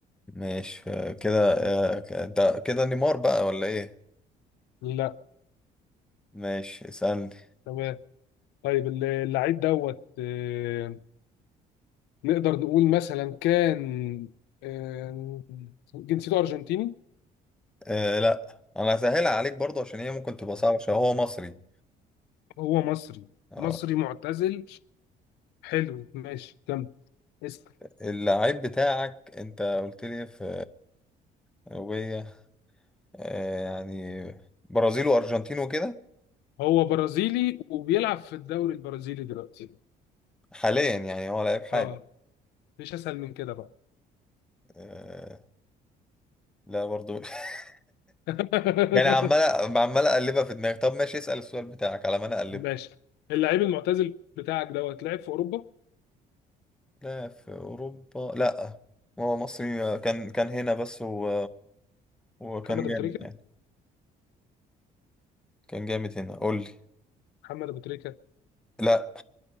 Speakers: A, in the centre; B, on the left.
A: ماشي آه، كده آه ك- انت كده نيمار بقى ولا ايه
B: لا
A: ماشي اسألني
B: تمام طيب الل- اللعيب دوت آه، نقدر نقول مثلا كان آه، جنسيته ارجنتيني
A: آه لا انا هسهلها عليك برضو عشان هي ممكن تبقى صعبة عشان هو مصري
B: هو مصري
A: اه
B: مصري معتزل حلو ماشي كمل اسأل
A: اللعيب بتاعك انت قلت لي في جنوبية آه، يعني برازيل وارجنتين وكده
B: هو برازيلي وبيلعب في الدوري البرازيلي دلوقتي
A: حاليا يعني هو لعيب حالي
B: اه مفيش اسهل من كده بقى
A: آه، لا برضو <laughs>
B: <laughs>
A: يعني عمال عمال اقلبها في دماغي طب ماشي اسأل السؤال بتاعك على ما انا اقلبها
B: ماشي اللعيب المعتزل بتاعك دوت لعب في اوروبا
A: لا في اوروبا لا هو مصري آه، كان كان هنا بس و... وكان
B: محمد
A: جامد
B: ابو تريكه
A: يعني كان جامد هنا قول لي
B: محمد ابو تريكه
A: لا